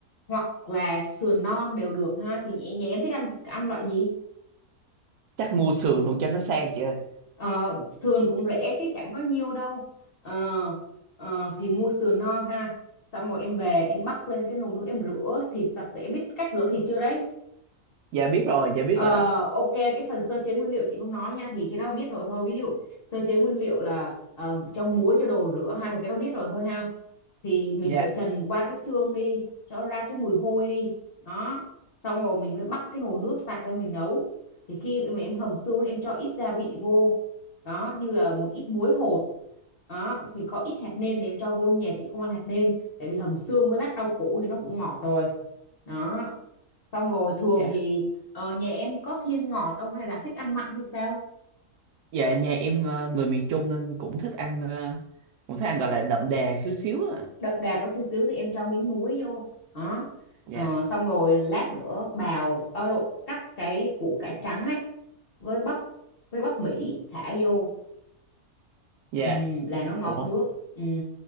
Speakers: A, on the left; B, on the right.
A: hoặc là sườn non đều được ha. Thì nhà nhà em thích ăn ăn loại gì?
B: Chắc mua sườn luôn cho nó sang chị ơi
A: Ờ, sườn cũng rẻ chứ chẳng có nhiêu đâu Ờ, ờ, thì mua sườn non ha xong rồi em về em bắc lên cái nồi nước em rửa thịt sạch sẽ biết cách rửa thịt chưa đấy
B: Dạ biết rồi dạ biết
A: Ờ,
B: rồi ạ
A: ok cái phần sơ chế nguyên liệu chị không nói nha thì cái đó biết rồi thôi ví dụ sơ chế nguyên liệu là ờ, cho muối cho đồ rửa hay cái đó biết rồi thôi ha thì mình
B: Dạ
A: phải trần qua cái xương đi cho nó ra cái mùi hôi đi đó xong rồi mình mới bắt cái nồi nước sạch lên mình nấu thì khi mà em hầm xương em cho ít gia vị vô đó như là một ít muối hột đó thì có ít hạt nêm thì em cho vô nhà chị không ăn hạt nêm tại vì hầm xương với lát rau củ thì nó cũng ngọt rồi đó xong rồi thường
B: dạ
A: thì Ờ, nhà em có thiên ngọt không hay là thích ăn mặn hay sao?
B: Dạ nhà em ờ, người miền Trung nên cũng thích ăn ờ, Cũng thích ăn gọi là đậm đà xíu xíu ạ
A: Đậm đà có xíu xíu thì em cho miếng muối vô. Đó.
B: Dạ
A: Ờ, xong rồi lát nữa bào ở độ cắt cái củ cải trắng ấy với bắp với bắp Mỹ thả vô.
B: dạ
A: Ừ, là nó ngọt
B: Ủa
A: nước. Ừ,